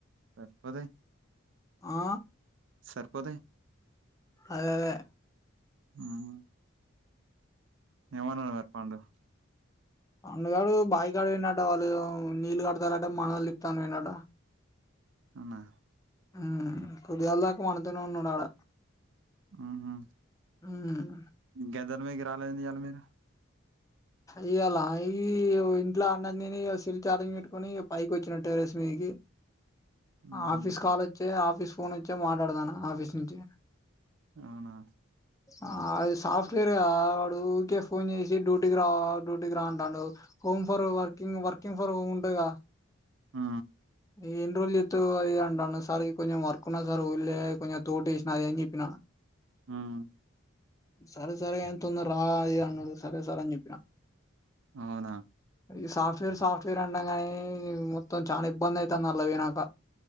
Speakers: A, on the right (about 65°); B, on the left (about 15°).
A: ఆ స్పోతాయ్
B: ఆ
A: సరిపోతాయ్
B: అలాగే
A: మ్మ్ ఏమనా <inaudible> పండు
B: పండుగాడు బాయిగాడ పోయినాడు వాళ్ళు నీళ్ళు కడతారుంటే మాడలు తిప్తాని పోయ్నాడు
A: అవునా?
B: మ్ పొద్దుగాళ్దాక మనతోనే ఉన్నాడాడ
A: ఊహూ
B: హ్మ్
A: గద్దెల మీదకి రాలేఏంది ఇయ్యాల మీరు
B: ఇయ్యలా ఈ <unintelligible> ఇంట్లో అన్నం తిని సెల్ ఛార్జింగ్ పెట్టుకొని ఇగ పైకొచ్చిన టెర్రస్ మీదికి
A: హుహ్
B: ఆఫీస్ కాలేజ్ తే ఆఫీస్ ఫోన్ వచ్చే మాట్లాడతాన్నా ఆఫీస్ <unintelligible>
A: అవునా
B: ఆ అది సాఫ్ట్వేర్గా వాడు ఊరికే ఫోన్ చేసి డ్యూటీ రా డ్యూటీకి రా అంటాడు home for working working for home ఉంటదిగా
A: ఆ
B: ఈ ఎన్ని రోజులు చేత్తవ్ అది ఇది అంటాండు సార్ కొంచెం వర్క్ ఉన్నది. సార్ ఊర్లే కొంచెం తోట ఏసిన అది అని చెప్పినా
A: మ్
B: సరే సరే ఎంత తొందరా ఇది అన్నడు సరే సరే అని చెప్
A: అవునా
B: ఈ సాఫ్ట్వేర్ సాఫ్ట్వేర్ అంటం కానీ మొత్తం చానా ఇబ్బంది అయితాంది ఆళ్ల పోయినంక